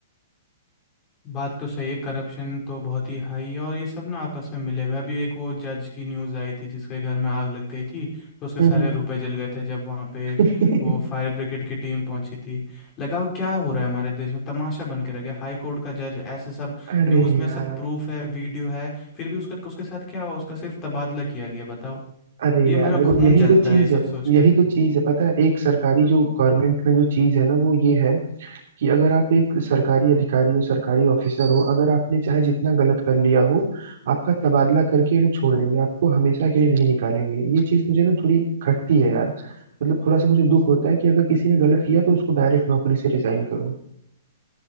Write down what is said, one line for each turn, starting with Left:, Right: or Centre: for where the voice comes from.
Left: बात तो सही है करप्शन तो बहुत ही हाई है और ये सब ना आपस में मिले हुए हैं। अभी एक वो जज की न्यूज़ आई थी जिसके घर में आग लग गई थी तो उसके
Right: हम्म
Left: सारे रुपए जल गए थे जब वहाँ पे
Right: हम्म।
Left: वो फायर ब्रिगेड की टीम पहुंची थी लगाओ क्या हो रहा है हमारे देश में तमाशा बन के रह गया हाई कोर्ट का जज ऐसे सब
Right: <laughs> अरे
Left: न्यूज़ में
Right: यार
Left: सब प्रूफ है वीडियो है फिर भी उसका उसके साथ क्या हुआ उसका सिर्फ तबादला किया गया बताओ
Right: अरे
Left: ये
Right: यार
Left: मेरा
Right: देखो
Left: खून
Right: यही
Left: जलता
Right: तो चीज
Left: है ये सब
Right: है
Left: सोच
Right: यही
Left: के
Right: तो चीज है पता है एक सरकारी जो गवर्नमेंट में जो चीज है ना वो ये है कि अगर आप एक सरकारी अधिकारी हो सरकारी ऑफिसर हो अगर आपने चाहे जितना गलत कर लिया हो आपका तबादला करके ये लोग छोड़ देंगे आपको हमेशा के लिए नहीं निकालेंगे ये चीज मुझे ना थोड़ी खटती है यार मतलब थोड़ा सा मुझे दुख होता है कि अगर किसी ने गलत किया तो उसको डायरेक्ट नौकरी से रिजाइन करो